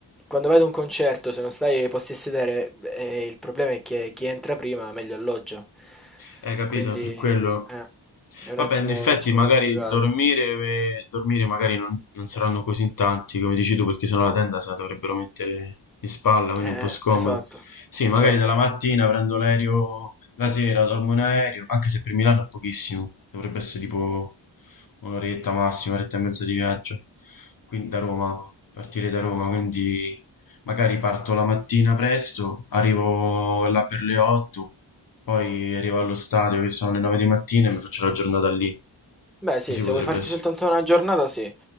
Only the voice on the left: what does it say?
Eh, capito,
per quello.
Vabbè,
in effetti
magari
dormire, eh, dormire magari non, non saranno così in tanti, come dici tu, perché sennò la tenda se la dovrebbero mettere in spalla, quindi
è un po' scomodo.
Sì,
magari dalla mattina prendo l'aereo, la sera dormo in aereo, anche se per Milano è pochissimo, dovrebbe essere tipo un'oretta massima, un'oretta e mezza di viaggio, quindi da Roma, partire da Roma, quindi magari parto la mattina presto, arrivo là per le 8 poi arrivo allo stadio che sono le 9 di mattina e mi faccio la giornata lì.
Così
potrebbe
essere.